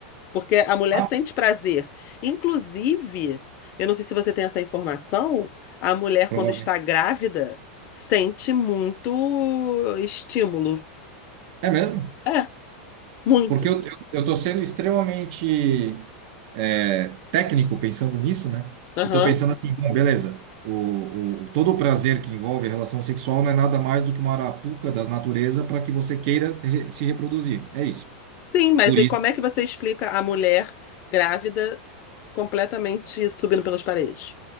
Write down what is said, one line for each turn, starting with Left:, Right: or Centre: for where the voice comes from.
Left: Porque a mulher
Right: ah,
Left: sente prazer. Inclusive, eu não sei se você tem essa informação, a mulher,
Right: provavelmente.
Left: quando está grávida, sente muito estímulo.
Right: É mesmo?
Left: É, muito.
Right: Porque eu, eu estou sendo extremamente é, técnico pensando nisso, né?
Left: Aham.
Right: E estou pensando assim, bom, beleza, o, o- todo o prazer que envolve a relação sexual não é nada mais do que uma arapuca da natureza para que você queira re- se reproduzir. É isso.
Left: Sim, mas
Right: Por
Left: aí
Right: isso,
Left: como é que você explica a mulher grávida completamente subindo pelas paredes?